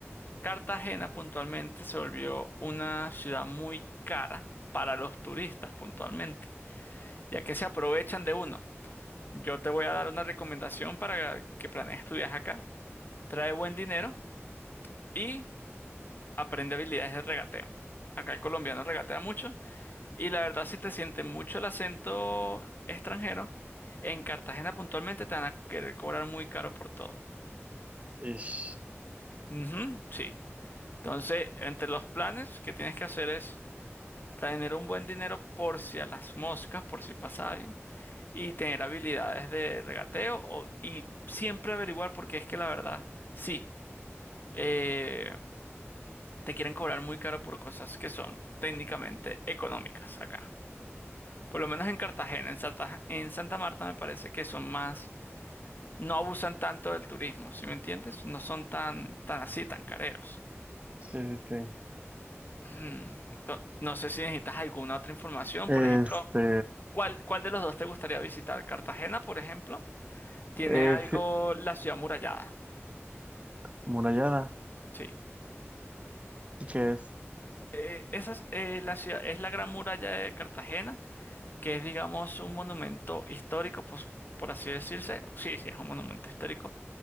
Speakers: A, on the left (about 45°); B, on the right (about 30°).
A: Cartagena puntualmente se volvió una ciudad muy cara para los turistas puntualmente, ya que se aprovechan de uno. Yo te voy a dar una recomendación para que planees tu viaje acá. Trae buen dinero y aprende habilidades de regateo. Acá el colombiano regatea mucho y la verdad si te siente mucho el acento extranjero, en Cartagena puntualmente te van a querer cobrar muy caro por todo.
B: Ish.
A: Ujú, sí. Entonces, entre los planes que tienes que hacer es tener un buen dinero por si a las moscas, por si pasa algo, y tener habilidades de regateo o- y siempre averiguar porque es que la verdad, sí. eh, te quieren cobrar muy caro por cosas que son técnicamente económicas acá. Por lo menos en Cartagena, en Santa, en Santa Marta me parece que son más, no abusan tanto del turismo, ¿sí me entiendes? No son tan, tan así, tan careros.
B: Sí, sí, sí.
A: Mm, to- No sé si necesitas alguna otra información,
B: Este,
A: por ejemplo, ¿cuál, cuál de los dos te gustaría visitar? Cartagena, por ejemplo, tiene
B: es
A: algo la ciudad murallada,
B: murallada,
A: sí.
B: que es...
A: Eh, esa es, eh, la ciudad, es la Gran Muralla de Cartagena. que es, digamos, un monumento histórico, pues, por así decirse. Sí, sí, es un monumento histórico,